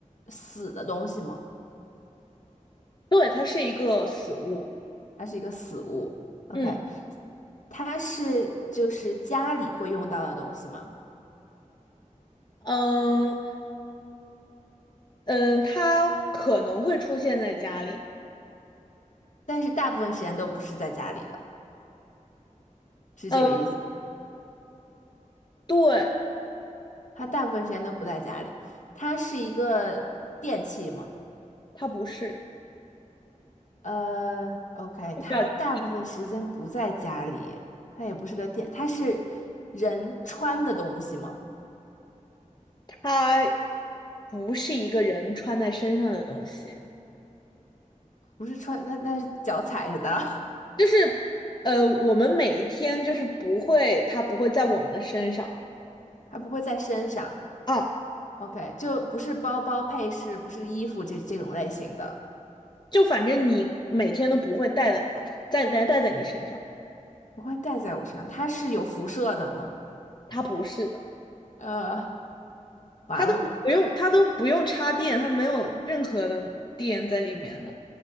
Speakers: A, on the left (about 65°); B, on the left (about 35°).
A: 死的东西吗？
B: 对，它是一个死物。
A: 它是一个死物。OK，
B: 嗯
A: 它是就是家里会用到的东西吗？
B: 嗯嗯，它可能会出现在家里。
A: 但是大部分时间都不是在家里的，是这个意思吗？
B: 嗯，对，
A: 它大部分时间都不在家里，它是一个电器吗？
B: 它不是，
A: 呃，OK，
B: 不知道
A: 它大部分时间不在家里，它也不是个电，它是人穿的东西吗？
B: 它不是一个人穿在身上的东西。
A: 不是穿，那那是脚踩着的，
B: 就是呃，我们每一天就是不会，它不会在我们的身上
A: <laughs> 它不会在身上。
B: 啊，
A: OK，就不是包包配饰，不是衣服这这种类型的，
B: 就反正你每天都不会带在它，带带带在你身上，
A: 不会戴在我身上。它是有辐射的吗？
B: 它不是的，
A: 呃，完了。
B: 它都不用，它都不用插电，它没有任何的电在里面呢。